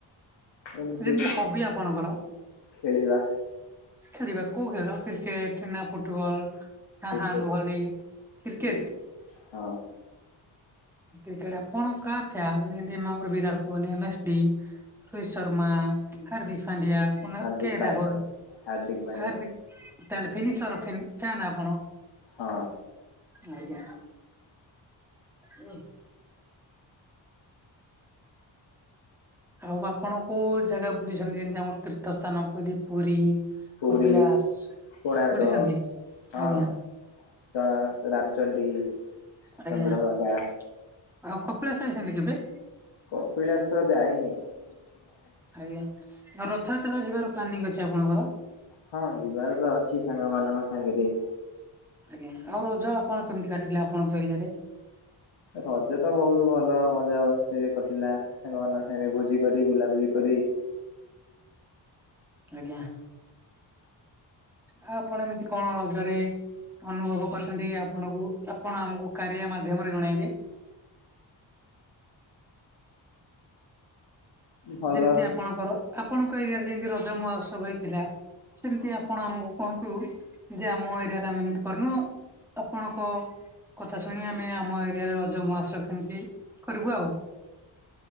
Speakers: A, on the left; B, in the centre.
A: ଏମିତି
B: ଯେମିତି ହବି ଆପଣଙ୍କର।
A: ଖେଳିବା।
B: ଖେଳିବା କୋଉ ଖେଳ କ୍ରିକେଟ ନା ଫୁଟବଲ ନା
A: କ୍ରିକେଟ
B: ହ୍ୟାଣ୍ଡ ଭଲି। କ୍ରିକେଟ୍।
A: କ୍ରି- ହଁ।
B: କ୍ରିକେଟ ଆପଣ କା ଫ୳୲ନ <unintelligible> ବିରାଟ କୋହଲି ଏମସ୍ ଡି ରୋହିତ ଶର୍ମା ହାର୍ଦ୍ଦିକ ପାଣ୍ଡିଆ କୁନାଲ
A: ହାର୍ଦ୍ଦିକ
B: କେ
A: ପାଣ୍ଡ୍ୟା
B: ରାହୁଲ
A: ହାର୍ଦ୍ଦିକ ପାଣ୍ଡ୍ୟା
B: ହାର୍ଦ୍ଦିକ ତାହେଲେ ଫିନିସର ଫିନ୍ ଫ୳୲ନ ଆପଣ?
A: ହଁ
B: ଆଜ୍ଞା। ଓ ଏ ଆଉ ଆପଣ କୋଉ ଜାଗା ବୁଲିଛନ୍ତି ଯେମିତି ଆମର ତୀର୍ଥ ସ୍ଥାନ ବୋଲି ପୁରୀ।
A: ପୁରୀ
B: କପିଳାସ
A: କୋଣାର୍କ
B: ବୁଝୁଛନ୍ତି
A: ହଁ
B: ଆଜ୍ଞା।
A: ହଁ ତ ରାମଚଣ୍ଡୀ।
B: ଆଜ୍ଞା
A: ଚନ୍ଦ୍ରଭାଗା
B: ଆଉ କପିଳାସ ଯାଇଛନ୍ତି କେବେ?
A: କପିଳାସ ଯାଇନି। ହ
B: ଆଜ୍ଞା ଆଉ ରଥଯାତ୍ରା ଯିବାର ପ୍ଲାନିଂ ଅଛି ଆପଣଙ୍କର।
A: ହଁ ଯିବାର ତ ଅଛି ସାଙ୍ଗ ମାନଙ୍କ ସାଙ୍ଗେରେ।
B: ଆଜ୍ଞା ଆଉ ରଜ ଆପଣ କେମିତି କାଟିଲେ ଆପଣଙ୍କ ଏରିଆରେ।
A: ରଜ ତ ବହୁତ ଭଲ ମଜା ମସ୍ତିରେ କଟିଲା ସାଙ୍ଗ ମାନଙ୍କ ସାଙ୍ଗରେ ଭୋଜି କରି ବୁଲାବୁଲି କରି
B: ଆଜ୍ଞା। ଆଉ ଆପଣ ଏମିତି କଣ ରଜରେ ଅନୁଭବ କରିଛନ୍ତି ଆପଣଙ୍କୁ, ଆପଣ ଆମକୁ କାରିଆ ମାଧ୍ୟମରେ ଜଣେଇବେ।
A: ଭଲ
B: ଯେମିତି ଆପଣଙ୍କର ଆପଣଙ୍କ ଏରିଆରେ ଯେମତି ରଜ ମହୋତ୍ସବ ହେଇଥିଲା। ସେମତି ଆପଣ ଆମକୁ କୁହନ୍ତୁ, ଯେ ଆମ ଏରିଆରେ ଆମେ ଏମିତି କରିନୁ। ଆପଣଙ୍କ କଥା ଶୁଣି ଆମେ ଆମ ଏରିଆରେ ରଜ ମହୋତ୍ସବ ସେମିତି କରିବୁ ଆଉ।